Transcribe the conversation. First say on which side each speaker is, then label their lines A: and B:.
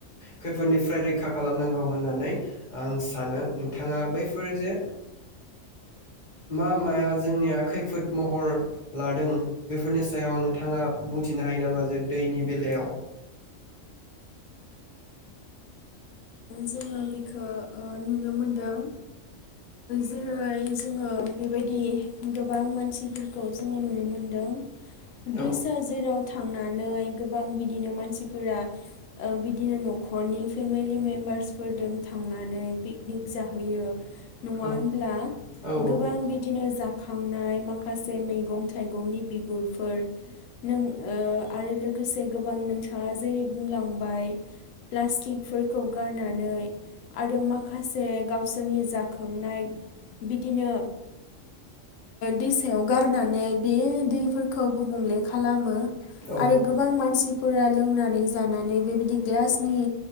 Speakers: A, on the left (about 35°); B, on the left (about 75°).
A: खैफोदनिफ्राय रैखा खालामनांगौ होननानै आं सानो नोंथाङा बैफोर जे मा माया जोंनिया खैफोद महर लादों बेफोरनि सायाव नोंथाङा बुंथिनो हायो नामा जे दैनि बेलायाव
B: जोङो बेखौ नुनो मोनदों जेरै जोङो बेबायदि गोबां मानसिफोरखौ जोङो नुनो मोनदों
A: औ
B: दैसा जेराव थांनानै गोबां बिदिनो मानसिफोरा बिदिनो न'खरनि फेमिलि मेम्बार्सफोरजों थांनानै पिकनिक जाहैयो नङा
A: औ
B: होनब्ला
A: औ
B: गोबां बिदिनो जाफै खांनाय माखासे मैगं थाइगंनि बिगुरफोर नों आरो लोगोसे गोबां नोंथाङा जेरै बुंलांबाय प्लास्टिक फोरखौ गारनानै आरो माखासे गावसोरनि जाखांनाय बिदिनो दैसायाव गारनानै बे दैफोरखौ गुबुंले खालामो
A: औ
B: आरो गोबां मानसि फोर लोंनानै जानानै बेबायदि ग्लासनि